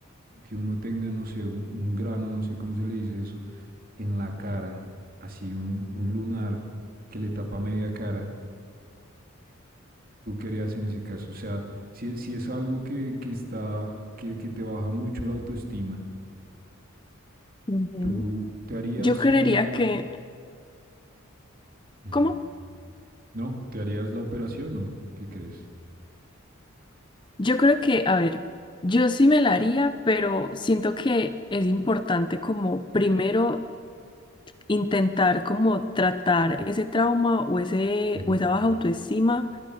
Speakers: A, on the right; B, on the left.
A: que uno tenga, no sé, un, un grano, no sé cómo se le dice eso, en la cara, así un, un lunar que le tapa media cara, tú querías en ese caso? O sea, si, si es algo que, que está, que, que te baja mucho la autoestima,
B: ujú.
A: tú te harías
B: Yo creería
A: una,
B: que,
A: mm,
B: ¿cómo?
A: ¿No? ¿Te harías la operación o qué crees?
B: Yo creo que, a ver, yo sí me la haría, pero siento que es importante como primero intentar como tratar ese trauma o ese
A: Ujú,
B: o esa baja autoestima